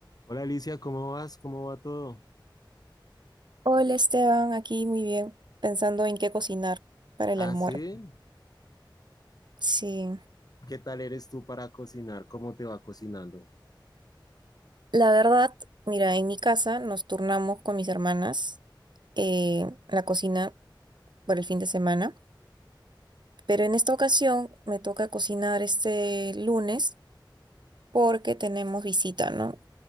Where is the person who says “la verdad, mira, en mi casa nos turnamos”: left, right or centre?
Right